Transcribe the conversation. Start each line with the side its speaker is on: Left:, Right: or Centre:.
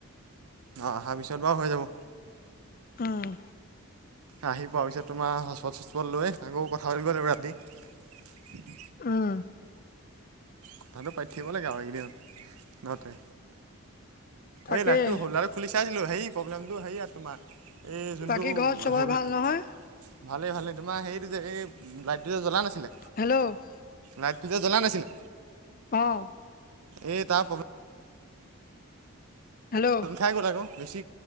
Right: অ' অহাৰ পিছত বাও হৈ যাব।
Left: উম।
Right: আহি পোৱাৰ পিছত তোমাৰ হটস্পট - ছছস্পট‌ লৈ আকৌ কথা পাতিব লাগিব ৰাতি।
Left: উম।
Right: কথাটো পাতি থাকিব লাগে আও এইকেইদিন- নতে।
Left: তাকেই
Right: এই লাইটটো হলদাৰটো খুলি চাইছিলোঁ। সেই প্ৰব্লেমটো হেৰি ইয়াত তোমাৰ এই যোনটো
Left: বাকী ঘৰত চবে
Right: হ'ল্ডাৰ
Left: ভাল নহয়?
Right: ভালেই ভালেই তোমাৰ হেৰিটোযে এই লাইটটো যে জ্বলা নাছিলে,
Left: হেল্ল'
Right: লাইটটো যে জ্বলা নাছিলে
Left: অ'।
Right: এই তাৰ প্ৰ
Left: হেল্ল'
Right: খাই গ'ল আকৌ। বেছি